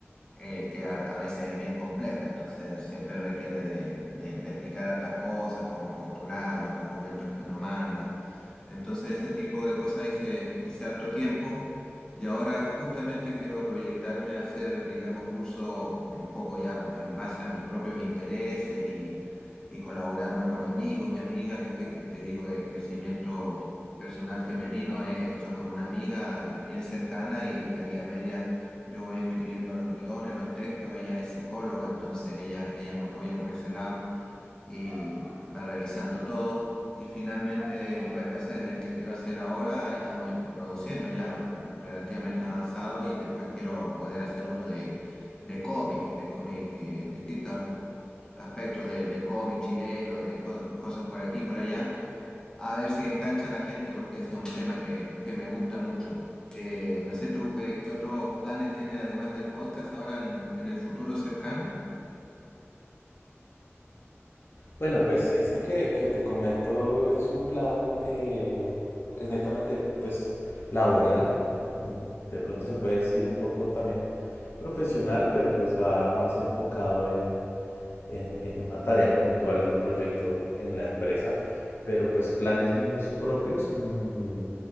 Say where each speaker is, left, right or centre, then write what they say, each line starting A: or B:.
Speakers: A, on the left (about 15°); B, on the left (about 55°).
A: eh, que a, a veces es bien compleja, entonces siempre requiere de, de- de explicar otras cosas, como postular, los documentos que uno manda. Entonces ese tipo de cosas hice, hice harto tiempo y ahora justamente quiero proyectarme a hacer, digamos, cursos un poco ya en base a mis propios intereses y, y colaborando con amigos y amigas. Este que te digo de crecimiento personal femenino es hecho con una amiga eh, bien cercana y ahí a medias yo voy escribiendo los guiones, los textos, ella es psicóloga, entonces ella, ella me apoya por ese lado y va revisando todo. Y finalmente, bueno, ese es el que quiero hacer ahora, estamos eh, produciendo ya relativamente avanzado y después quiero poder hacer uno de, de cómic, de cómic, eh, distintos aspectos de, de cómic chileno, de co- cosas por aquí y por allá. A ver si engancha a la gente porque ese es un tema que, que me gusta mucho. Eh, no sé tú qué, qué otros planes tiene además del podcast ahora en, en el futuro cercano.
B: Bueno, pues este que, que te comento es un plan, eh, pues netamente, pues laboral. Mm, De pronto se puede decir un poco también profesional, pero pues va más enfocado en, en, en una tarea puntual de un proyecto en la empresa, pero pues planes míos propios, mm,